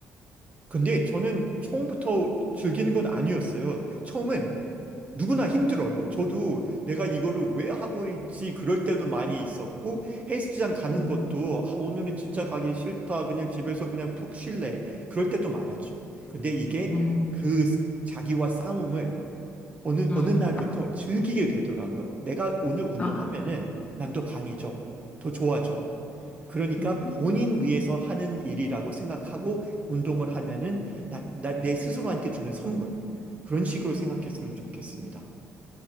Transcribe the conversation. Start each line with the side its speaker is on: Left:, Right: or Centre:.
Right: 근데 저는 처음부터 즐기는 건 아니었어요. 처음엔 누구나 힘들어요. 저도 내가 이거를 왜 하고 있지 그럴 때도 많이 있었고 헬스장 가는
Left: 음,
Right: 것도 아, 오늘은 진짜 가기 싫다. 그냥 집에서 그냥 푹 쉴래. 그럴 때도 많았죠. 근데 이게
Left: 음,
Right: 그 스- 자기와 싸움을 어느
Left: 음.
Right: 어느 날부터 즐기게 되더라고요. 내가 오늘 운동하면은
Left: 아,
Right: 난 더 강해져. 더 좋아져. 그러니까
Left: 음.
Right: 본인 위해서 하는 일이라고 생각하고 운동을 하면은 나, 나- 내 스스로한테 주는 선물. 그런 식으로 생각했으면
Left: 음.
Right: 좋겠습니다.